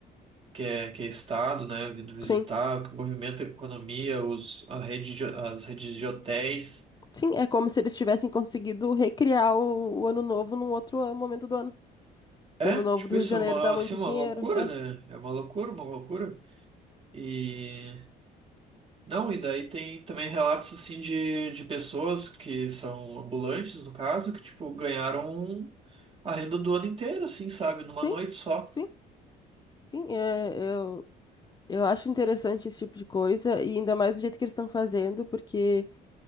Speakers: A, on the right; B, on the left.
A: que é, que é estado, né, vindo visitar,
B: Sim.
A: que movimenta a economia, os, a rede de- as redes de hotéis.
B: Sim, é como se eles tivessem conseguido recriar o, o Ano Novo num outro an- momento do ano.
A: É,
B: Porque o Ano Novo
A: tipo
B: do Rio
A: isso,
B: de Janeiro
A: é uma,
B: dá muito
A: assim, uma
B: dinheiro.
A: loucura,
B: É.
A: né? É uma loucura, uma loucura. E... Não, e daí tem também relatos, assim, de, de pessoas que são ambulantes, no caso, que, tipo, ganharam a renda do ano inteiro, assim, sabe? Numa
B: Sim,
A: noite só.
B: sim, sim. É, eu, eu acho interessante esse tipo de coisa, e ainda mais do jeito que eles estão fazendo, porque.